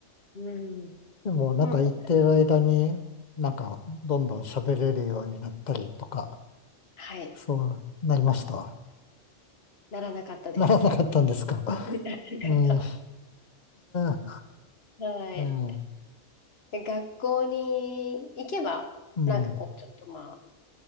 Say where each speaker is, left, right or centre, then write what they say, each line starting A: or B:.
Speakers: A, on the left; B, on the left.
A: うん。
B: でも、なんか言ってる間に、
A: もう、
B: なんか、どんどん喋れるようになったりとか、
A: はい、
B: そうなりました。
A: ならなかったです。
B: ならなかったんですか。
A: <laughs> ならなかっ
B: うん、あれ
A: た。<laughs> はい。
B: ええ、
A: で学校に行けば、
B: うん、
A: なんかこう、ちょっとまあ、